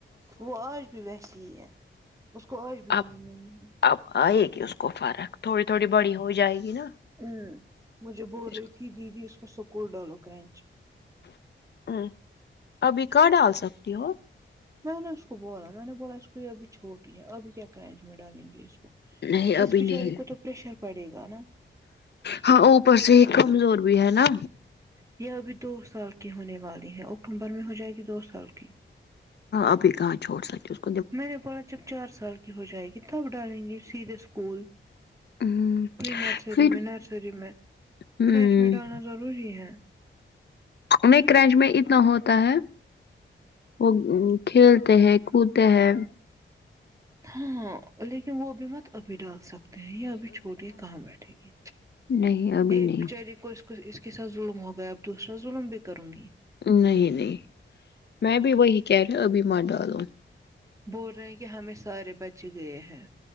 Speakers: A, on the right; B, on the left.
A: وہ آج بھی ویس ای ہے اس کو آج بھی
B: آپ
A: نیند نہیں ہے
B: اب آئے گی اس کو فرق تھوڑی تھوڑی بڑی ہو جائے گی نا
A: ہ مجھے بول
B: پھر
A: رہی تھی دیدی اس کو سکول ڈالو کرنچ
B: ا ابھی کہاں ڈال سکتی ہو
A: میں نے اس کو بولا میں نے بولا اس کو یہ ابھی چھوٹی ہے ابھی کیا کرنچ میں ڈالیں گے اس کو
B: نہیں ابھی
A: اس بچارے
B: نہیں
A: کو تو پریشر پڑے گا نا
B: ہاں او پر سے یہ کمزور بھی ہے نا
A: یہ ابھی دو سال کی ہونے والی ہے اکتوبر میں ہو جائے گی دو سال کی
B: ابھی کہاں چھوڑ سا ک
A: میں نے بولا جب چار سال کی ہو جائے گی تب ڈالیں گے سیدھے اسکول
B: ہوں
A: پری نرسری
B: پھر
A: میں نرسری میں
B: ہوں
A: کرنچ میں ڈالنا ضروری ہے
B: می کرینچ میں اتنا ہوتا ہے وہ کھیلتے ہیں کودتے ہیں
A: ہاں لیکن وہ بھی مت ابھی ڈال سکتا نہیں یہ ابھی چھوٹی کہاں بیٹھے گی
B: نہیں ابھی
A: ایک
B: نہیں
A: بچاری کو اس کو کچھ اس کے ساتھ ظلم ہو گیا اب دوسرا ظلم بھی کروں گی
B: نہیں نہیں میں بھی وہی کہہ رہے ابھی مت ڈالوں
A: بول رہے ہیں کہ ہمیں سارے بچے گئے ہیں